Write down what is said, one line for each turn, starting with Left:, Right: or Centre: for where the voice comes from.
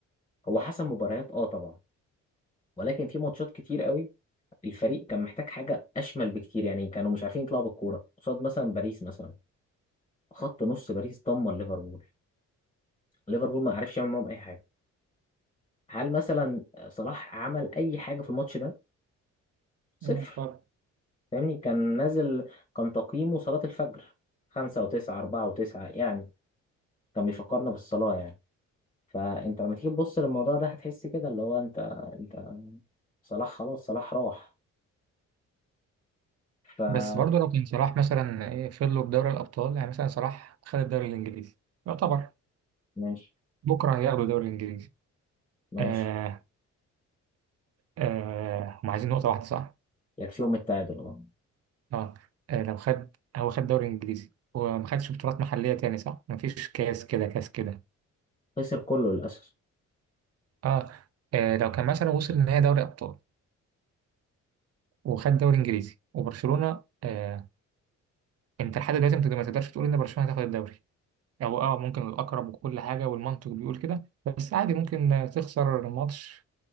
Left: هو حسم مباريات اه طبعا ولكن في ماتشات كتير قوي الفريق كان محتاج حاجة أشمل بكتير يعني كانوا مش عارفين يطلعوا بالكورة قصاد مثلا باريس مثلا خط نص باريس دمر ليفربول ليفربول ما عرفش يعمل معاهم أي حاجة هل مثلا صلاح عمل أي حاجة في الماتش ده؟ صفر
Right: يبقى خلاص.
Left: فاهمني كان نازل كان تقييمه صلاة الفجر خمسة وتسعة أربعة وتسعة يعني كان بيفكرنا بالصلاة يعني فأنت لما تيجي تبص للموضوع ده هتحس كده اللي هو أنت أنت صلاح خلاص صلاح راح فماشي
Right: بس برضه لو كان صلاح مثلا ايه فضلوا بدوري الأبطال يعني مثلا صلاح خد الدوري الإنجليزي يعتبر
Left: ماشي
Right: بكرة هياخدوا الدوري الإنجليزي
Left: ماشي،
Right: آه آه هم عايزين نقطة واحدة صح؟
Left: يكفيهم التعادل أه
Right: اه آه، لو خد هو خد دوري انجليزي وما خدش بطولات محليه تاني صح ما فيش كاس كده كاس كده
Left: خسر كله للأسف
Right: اه آه، لو كان مثلا وصل نهائي دوري ابطال وخد دوري انجليزي وبرشلونه آه انت لحد دلوقتي ما تقدر- ما تقدرش تقول ان برشلونه هتاخد الدوري او اه ممكن الاقرب وكل حاجه والمنطق بيقول كده بس عادي ممكن آه، تخسر الماتش